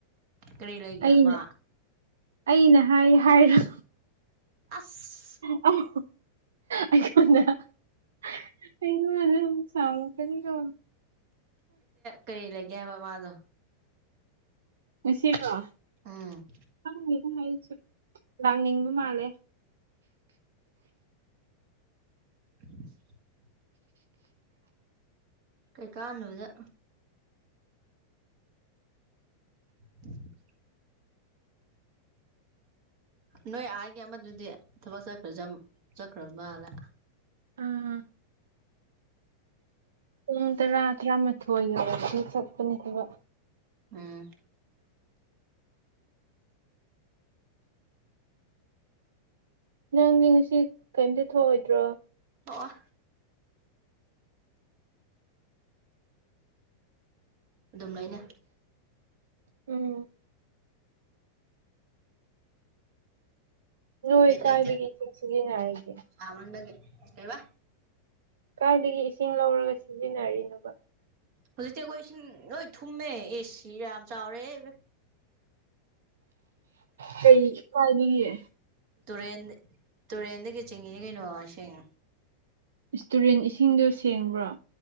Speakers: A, on the right; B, on the right.
A: ꯀꯔꯤ ꯂꯩꯒꯦ
B: ꯑꯩꯅ
A: ꯃꯥ
B: ꯑꯩꯅ ꯍꯥꯏ ꯍꯥꯏꯒꯅꯣ
A: ꯑꯁ
B: <unintelligible> ꯑꯣ ꯑꯩꯉꯣꯟꯗ <unintelligible> <unintelligible> ꯑꯩꯉꯣꯟꯗ ꯑꯃꯨꯛ ꯁꯥꯎꯔꯛꯀꯅꯤꯀꯣ
A: ꯀꯩ ꯂꯩꯒꯦ ꯍꯥꯏꯕ ꯃꯥꯗꯣ
B: ꯉꯁꯤꯔꯣ
A: ꯎꯝ
B: ꯈꯪꯗꯦꯗ ꯑꯩꯁꯨ ꯂꯥꯛꯅꯤꯡꯕ ꯃꯥꯜꯂꯦ
A: <inaudible> ꯀꯩ ꯀꯥꯟꯗꯕꯗ <inaudible> ꯅꯣꯏ ꯑꯥꯒꯤ ꯑꯃꯗꯨꯗꯤ ꯊꯕꯛ ꯆꯠꯈ꯭ꯔꯖꯝ ꯆꯠꯈ꯭ꯔ ꯃꯥꯜꯂꯦ
B: ꯑꯥ ꯄꯨꯡ ꯇꯔꯥ ꯇꯔꯥꯃꯥꯊꯣꯏ ꯌꯧꯔꯛꯑꯥꯗꯤ ꯆꯠꯄꯅꯦ ꯊꯕꯛ
A: ꯎꯝ
B: ꯅꯪꯗꯤ ꯉꯁꯤ ꯀꯩꯝꯇ ꯊꯣꯛꯑꯣꯏꯗ꯭ꯔꯣ
A: ꯊꯣꯛꯑꯣ ꯑꯗꯨꯝ ꯂꯩꯅꯤ
B: ꯎꯝ ꯅꯣꯏ
A: ꯕꯤꯠ
B: ꯀꯥꯏꯗꯒꯤ
A: ꯂꯩꯇꯦ
B: ꯏꯁꯤꯡ ꯁꯤꯖꯤꯟꯅꯔꯤꯒꯦ
A: ꯁꯥꯃꯟꯕꯒꯤ ꯀꯩꯕ
B: ꯀꯥꯏꯗꯒꯤ ꯏꯁꯤꯡ ꯂꯧꯔꯒ ꯁꯤꯖꯤꯟꯅꯔꯤꯅꯣꯕ
A: ꯍꯧꯖꯤꯛꯇꯤ ꯑꯩꯈꯣꯏ ꯏꯁꯤꯡ ꯂꯣꯏ ꯊꯨꯝꯃꯦ ꯏꯁ ꯌꯥꯝ ꯆꯥꯎꯔꯦꯍꯦ ꯏꯕꯦ
B: ꯀꯩ ꯈ꯭ꯋꯥꯏꯗꯒꯤ
A: ꯇꯨꯔꯦꯟ ꯇꯨꯔꯦꯟꯗꯒꯤ ꯆꯤꯡꯉꯤꯅꯤ ꯀꯩꯅꯣ ꯏꯁꯤꯡ
B: ꯏꯁ ꯇꯨꯔꯦꯟ ꯏꯁꯤꯡꯗꯣ ꯁꯦꯡꯕ꯭ꯔꯣ